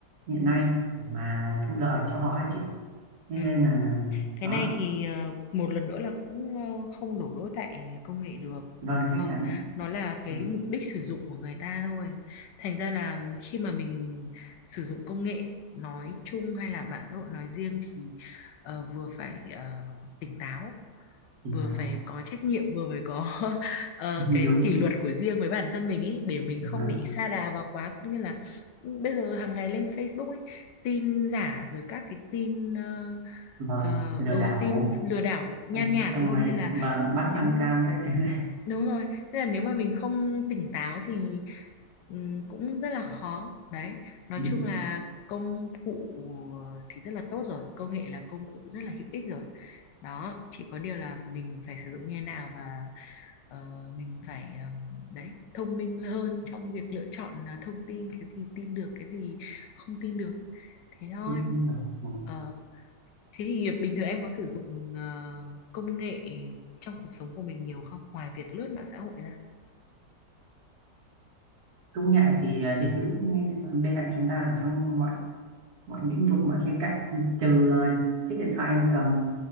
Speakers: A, on the right; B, on the left.
A: hiện nay để mà thu lợi cho họ ấy chị thế
B: Ừ.
A: nên là
B: Cái
A: đó
B: này thì ờ, một lần nữa là cũng ờ, không đổ lỗi tại công nghệ được
A: vâng
B: đúng
A: chắc
B: không?
A: chắn
B: Nó là cái
A: Ừ,
B: mục đích sử dụng của người ta thôi. Thành ra là khi mà mình sử dụng công nghệ nói chung hay là mạng xã hội nói riêng thì ờ, vừa phải ờ, tỉnh táo
A: tỉnh
B: vừa
A: táo
B: phải có trách nhiệm vừa phải có <laughs> ờ,
A: <laughs>
B: cái
A: đúng
B: kỷ luật của riêng với bản thân mình ấy để mình
A: Đó.
B: không bị sa đà vào quá cũng như là ừ, bây giờ hàng ngày lên Facebook ấy tin giả rồi các cái tin ờ,
A: vâng
B: ờ,
A: lừa
B: ừ
A: đảo
B: tin lừa đảo nhan
A: xong,
B: nhản
A: xong
B: luôn
A: rồi
B: nên là
A: vâng bắt
B: nếu
A: sang cam các thứ này
B: đúng rồi nên là nếu mà mình không tỉnh táo thì ừm, cũng rất là khó đấy nói
A: <laughs> đúng
B: chung là công cụ ờ, thì rất là tốt rồi công nghệ là công cụ rất là hữu ích rồi đó chỉ có điều là mình phải sử dụng như thế nào và ờ, mình phải ờ, đấy thông minh hơn trong việc lựa chọn ờ, thông tin cái gì tin được cái gì không tin được thế thôi
A: không tin được. Vâng.
B: Ờ, Thế thì bình thường em có sử dụng ờ, công nghệ trong cuộc sống của mình nhiều không? Ngoài việc lướt mạng xã hội ra.
A: công nghệ thì ờ, hiện hữu nghe bên cạnh chúng ta ở trong mọi mọi lĩnh vực mọi khía cạnh từ ờ, chiếc điện thoại em cầm